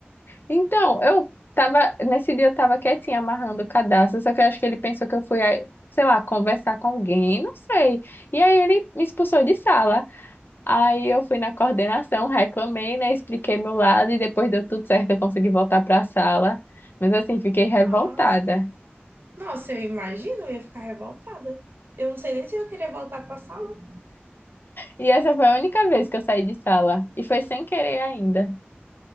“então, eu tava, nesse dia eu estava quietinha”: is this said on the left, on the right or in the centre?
Left